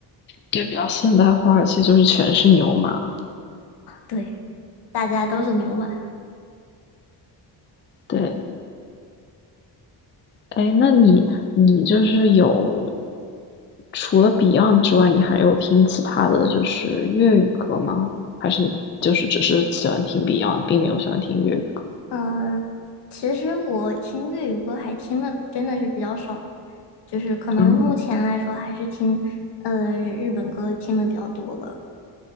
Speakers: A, on the left; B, on the left.
A: 就比较现代化，而且就是全是牛马，
B: 对，大家都是牛马。
A: 对。哎，那你你就是有除了 Beyond 之外，你还有听其他的就是粤语歌吗？还是你就是只是喜欢听 Beyond，并没有喜欢听粤语歌？
B: 嗯、呃其实我听粤语歌还听的真的是比较少。就是可能目前来说还是听呃日本歌听的比较多吧。
A: 嗯